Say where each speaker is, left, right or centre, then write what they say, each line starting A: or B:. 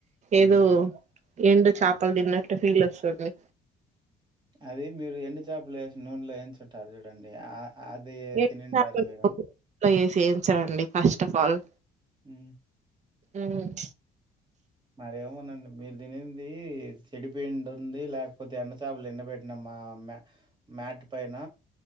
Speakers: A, on the right; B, on the right.
A: హ్మ్.
B: ఏదో ఎండు చాపలు తిన్నట్టు ఫీల్ వస్తుంది.
A: అది మీరు ఎండు చాపలు ఏసి నూనెలో వేంచుంటారు చూడండి ఆ అది
B: ఎండు
A: తినుంటారు
B: చాపలు
A: మీరు.
B: <unintelligible> ఏసీ ఎంచరండి first of all
A: um
B: um
A: మరేమోనండి మీరు తినింది చెడిపోయింటుంది లేకపోతే ఎండచాపలు ఎండ బెట్ న్న మా మ మ్యాట్ పైన